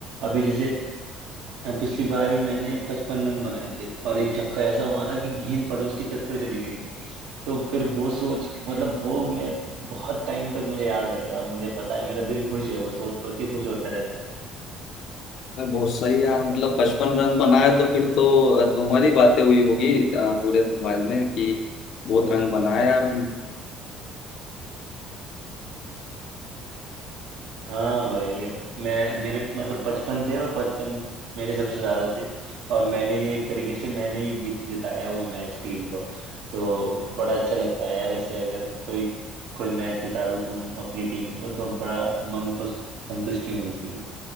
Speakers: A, on the right; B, on the left.
A: अभी जैसे अ, पिछली बार ही मैंने पचपन रन बनाए थे और एक छक्का ऐसा मारा कि गेंद पड़ोस की छत पर चली गई थी तो फिर वो सोच मतलब वो मैं बहुत टाइम तक मुझे याद रहेगा मुझे पता है मेरा दिल खुश है वो सोच सोच के खुश होता रहता है
B: अरे बहुत सही यार मतलब पचपन रन बनाए तो फिर तो अ, तुम्हारी बातें हुई होगी अ, पूरे समाज में कि बहुत रन बनाए यार
A: हाँ भाई अब मैं मेरे मतलब पचपन थे और पचपन मेरे सबसे ज्यादा थे और मैंने ही एक तरीके से मैंने ही जीत जिताया वो मैच टीम को तो बड़ा अच्छा लगता है यार ऐसे अगर कोई कोई मैच जिता दो तुम अपनी टीम को तो बड़ा मन को संतुष्टि मिलती है